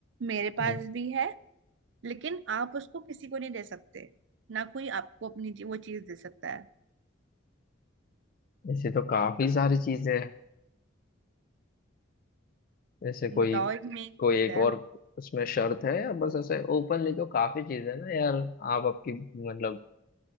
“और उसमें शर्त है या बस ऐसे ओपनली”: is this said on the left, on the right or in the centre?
Left